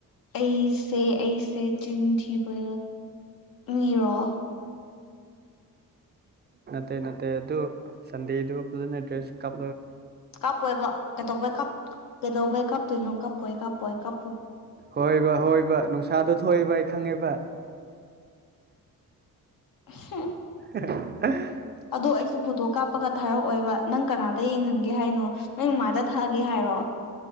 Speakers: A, on the left (about 70°); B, on the right (about 30°).
A: ꯑꯩꯁꯦ ꯑꯩꯁꯦ ꯆꯤꯟ ꯊꯤꯕ ꯃꯤꯔꯣ
B: ꯅꯠꯇꯦ ꯅꯠꯇꯦ ꯑꯗꯨ ꯑꯗꯨ ꯁꯗꯤꯗꯨ ꯄꯖꯅ ꯗ꯭ꯔꯦꯁ ꯀꯞ
A: ꯀꯥꯞꯄꯣꯏꯕ ꯀꯩꯗꯧꯕꯩ ꯀꯥꯞ ꯀꯩꯗꯧꯕꯩ ꯀꯥꯞꯇꯣꯏꯅꯣ ꯀꯥꯞꯄꯣꯏ ꯀꯥꯞꯄꯣꯏ ꯀꯥꯞ
B: ꯍꯣꯏꯕꯕꯥ ꯍꯣꯏ ꯕꯥ ꯅꯨꯡꯁꯥ ꯄꯁꯥꯗꯣ ꯊꯣꯛꯑꯦꯕ ꯑꯩ ꯈꯪꯉꯦꯕ
A: <inaudible>
B: ꯑ
A: ꯑꯗꯣ ꯑꯩꯁꯨ ꯄꯣꯊꯣꯛ ꯀꯥꯞꯄꯒ ꯊꯥꯔꯛꯑꯣꯏꯕ ꯅꯪ ꯀꯅꯥꯗ ꯌꯦꯡꯍꯟꯒꯦ ꯍꯥꯏꯅꯣ ꯅꯪ ꯃꯃꯥꯗ ꯊꯥꯒꯦ ꯍꯥꯏꯔ ꯔꯣ